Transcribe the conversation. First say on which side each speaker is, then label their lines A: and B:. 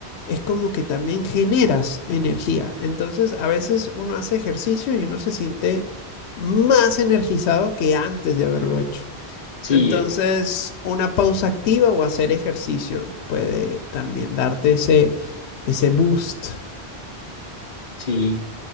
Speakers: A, on the left; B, on the left.
A: es como que también generas energía. Entonces, a veces uno hace ejercicio y uno se siente más energizado que antes de haberlo hecho.
B: Sí,
A: Entonces,
B: eh,
A: una pausa activa o hacer ejercicio puede también darte ese, ese boost.
B: sí.